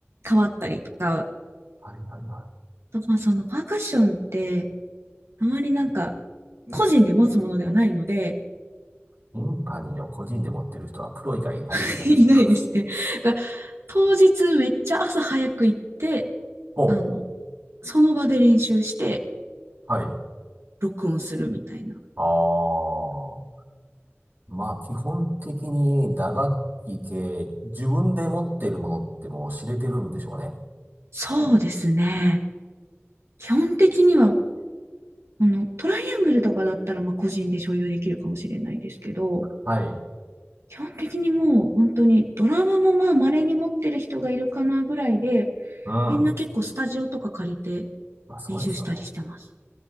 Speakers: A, on the right; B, on the right.
A: 変わったりとか、
B: いはいは
A: とまあそのパーカッションって、あまりなんか、個人で持つものではないので、
B: い。ティンパニーを個人で持ってる人はプロ以外いないですよね、
A: <laughs> いないですね。
B: きっと。
A: が当日めっちゃ朝早く行って、
B: ほう。
A: あの、その場で練習して、
B: はい。
A: 録音するみたいな。
B: ああ。まあ、基本的に打楽器系、自分で持ってるものってもう知れてるんでしょうね。
A: そうですね。基本的には、あの、トライアングルとかだったら、まあ、個人で所有できるかもしれないですけど、
B: はい。
A: 基本的にもう本当にドラムもまあ稀に持ってる人がいるかなぐらいで、
B: うん。ま
A: みんな結構スタジオとか借りて
B: あ、そうですよね。
A: 練習したりしてます。